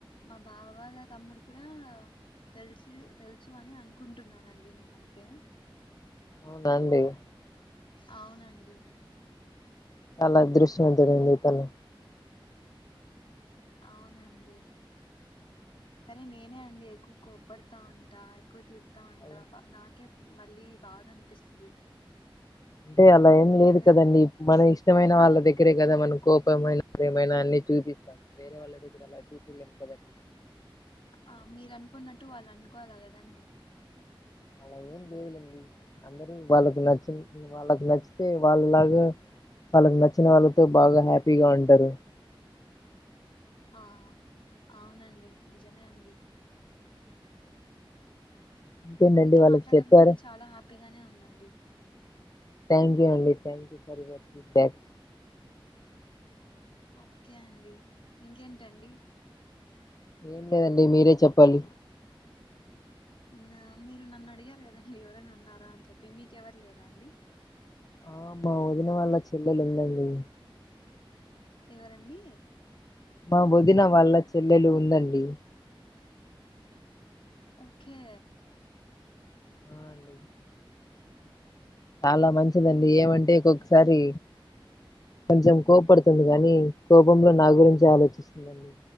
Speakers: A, on the left; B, on the left.
A: మా బావ వాళ్ళ తమ్ముడు కూడా తెలిసి తెలుసు అని అనుకుంటున్నానండి నేనైతే
B: అవునా అండి
A: అవునండి
B: చాలా అదృశ్యం జరిగిందితను
A: అవునండి కానీ నేనే అండి ఎక్కువ కోప్పడుతా ఉంటా ఎక్కువ తిడుత తా ఉంటా
B: అలా
A: నాకే మళ్ళీ బాద అనిపిస్తది
B: అంటే అలా ఏం లేదు
A: ఎందుక
B: కదండి మన ఇష్ట మైన వాళ్ళ ద ఇరే కదా మన కోపమైన ప్రేమ అన్ని చూపిస్తాను వేరే వాళ్ళ దగ్గర అలా చూపిలేము కదండి
A: ఆ మీరు అనుకున్నట్టు వాళ్ళు అనుకోవాలా కదండి
B: అలా ఏం లేదులేండి అందరూ వాళ్ళకు నచ్చిన వాళ్ళకి నచ్చితే వాళ్ళలాగా వాళ్ళకు నచ్చిన వాళ్ళతో బాగా హ్యాపీగా ఉంటారు
A: ఆ అవునండి నిజమే అండి
B: ఇంకేంటండి
A: మీతో
B: వాళ్ళకి
A: మాట్లాడడం
B: చెప్పారు
A: కూడా చాలా హ్యాపీగానే ఉందండి
B: థ్యాంక్యూ అండి thank you for your feedback
A: okay అండి ఇంకేంటండి
B: ఏం లేదండి మీరే చెప్పాలి
A: నా మీరు నన్ను అడిగారు కదండి ఎవరైనా ఉన్నారా అని చెప్పి మీకెవరు లేరా అండి
B: ఆమ్ మా వదిన వళ్ల చెల్లెలు వుందండి
A: ఎవరండి
B: మా వదిన వాళ్ళ చెల్లెలు ఉందండి
A: ఓకే
B: ఆ అండి చాలా మంచిదండి ఏమంటే ఒకొక్కొసారి కొంచెం
A: మ్మ్
B: కోపడుతుంది కానీ కోపంలో నా గురించి ఆలోచిస్తుందండి